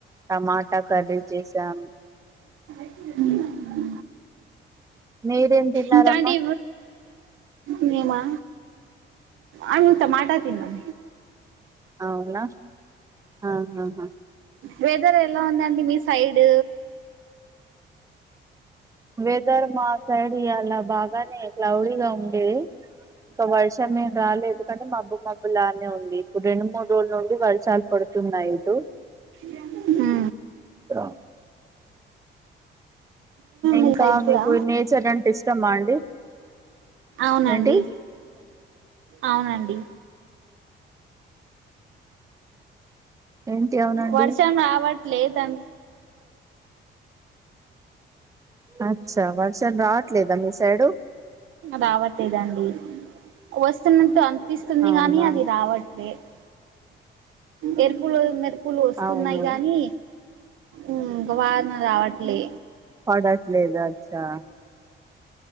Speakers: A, on the right; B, on the right.
A: టమాటా కర్రీ చేసాం
B: మ్మ్
A: మీరేం తిన్నారమ్మా
B: ఇంకా అండి మీమా ఆ టమాటా తిన్నాం
A: అవునా ఆహా హా
B: వెదర్ ఎలా ఉందండి మీ సైడ్
A: వెదర్ మా సైడ్ అలా బాగానే క్లౌడీగా ఉండేది ఇంకా వర్షం ఏం రాలేదు కని మబ్బు మబ్బు లానే ఉంది ఇప్పుడు రెండు మూడు రోజుల నుండి వర్షాలు కొడుతున్నాయి ఇటు
B: రెండు ఆ
A: ఆ ఇంకా
B: మీ సైడ్
A: మీకు
B: కూడా
A: నేచర్ అంటే ఇష్టమా అండి
B: అవునండి
A: ఏంటి
B: అవునండి
A: ఏంటి అవునండి
B: వర్షాం రావట్లేదన్
A: అచ్చా వర్షం రావట్లేదా మీ సైడు
B: రావట్లేదండి వస్తున్నట్టు అనిపిస్తుంది
A: అవునా
B: గాని అది రావట్ లేద్ మెరుపులు మెరుపులు వస్తున్నాయి
A: అవును
B: కానీ ఇంక వాన రావట్లే.
A: పడట్లేదా అచ్చా.